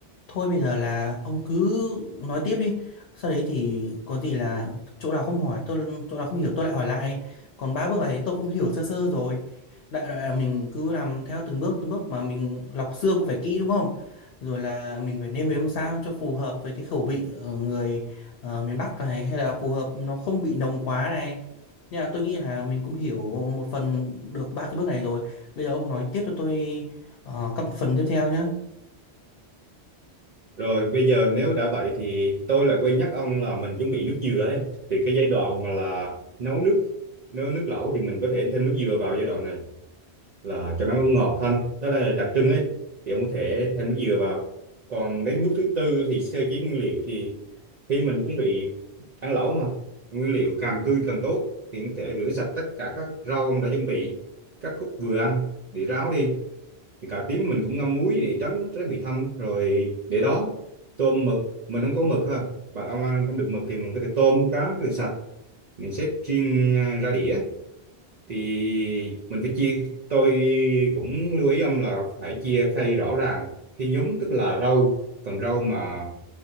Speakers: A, on the left (about 65°); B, on the right (about 45°).
A: thôi bây giờ là ông cứ nói tiếp đi sau đấy thì có gì là chỗ nào không hỏi tôi chỗ nào không hiểu tôi lại hỏi lại còn ba bước này tôi cũng hiểu sơ sơ rồi đại loại là mình cứ làm theo từng bước từng bước mà mình lọc xương cũng phải kỹ đúng không rồi là mình phải nêm nếm sao cho phù hợp với cái khẩu vị ờ, người ờ, miền Bắc này hay là phù hợp nó không bị nồng quá này Dạ, tôi nghĩ là mình cũng hiểu một phần được ba cái bước này rồi. Bây giờ ông nói tiếp cho tôi ờ, các phần tiếp theo nhé.
B: rồi bây giờ nếu đã vậy thì tôi lại quên nhắc ông là mình chuẩn bị nước dừa ấy thì cái giai đoạn mà là nấu nước nấu nước lẩu thì mình có thể thêm nước dừa vào giai đoạn này là cho nó ngọt thanh đó là đặc trưng ấy thì ông có thể thêm nước dừa vào còn đến bước thứ tư thì sơ chế nguyên liệu thì khi mình chuẩn bị ăn lẩu mà nguyên liệu càng tươi càng tốt thì ông có thể rửa sạch tất cả các rau ông đã chuẩn bị các khúc vừa ăn để ráo đi thì cà tím mình cũng ngâm muối để tránh trái bị thâm rồi để đó tôm mực mình không có mực ha bạn ông ăn không được mực thì mình có thể tôm cá rửa sạch mình xếp riêng à, ra đĩa thì mình phải chia tôi cũng lưu ý ông là phải chia khay rõ ràng khi nhúng tức là rau còn rau mà